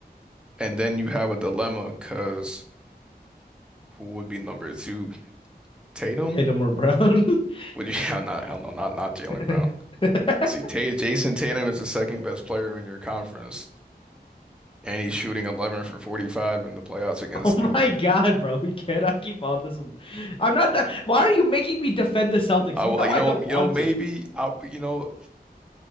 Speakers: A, in the centre; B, on the left.
A: and then you have a dilemma because who would be number two? Tatum?
B: Tatum or Brown? <laughs>
A: Would you <laughs> have not? I don't know. Not not Jalen
B: <laughs>
A: Brown. See, Tay Jason Tatum is the second best player in your conference, and he's shooting 11 for 45 in the playoffs against
B: Oh
A: New York.
B: my God, bro. We cannot keep on this. I'm not that. Why are you making me defend the Celtics?
A: I
B: You
A: will,
B: know
A: you
B: I
A: know,
B: don't
A: you
B: want
A: know, maybe
B: to.
A: I, you know,